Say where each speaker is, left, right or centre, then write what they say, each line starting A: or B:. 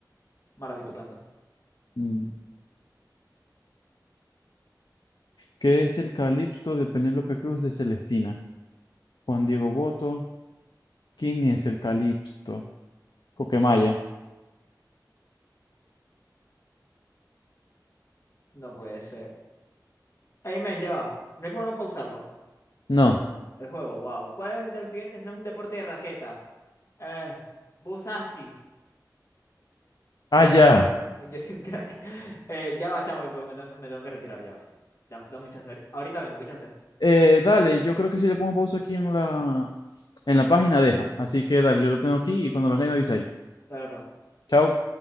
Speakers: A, on the left (about 40°); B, on the left (about 75°).
A: Maravitupendo.
B: Mm. ¿Qué es el Calipso de Penélope Cruz de Celestina? Juan Diego Boto. ¿Quién es el Calipso? Coquemaya.
A: No puede ser. Ey, men, ya va. No hay forma de pausarlo.
B: No.
A: El juego, wow. ¿Cuál es de los siguientes no es un deporte de raqueta? Eh, Busashi.
B: Ah,
A: Papi,
B: ya.
A: yo soy un crack. <laughs> Yo soy un crack. Eh, ya va, chamo, porque me tengo, me tengo que retirar, ya va. Dame, dame un chance. Ahorita vengo, ¿escuchaste?
B: Eh, dale, yo creo que si le pongo pausa aquí en la, en la página, deja. Así que dale, yo lo tengo aquí y cuando venga me avisáis.
A: Dale, pues.
B: Chao.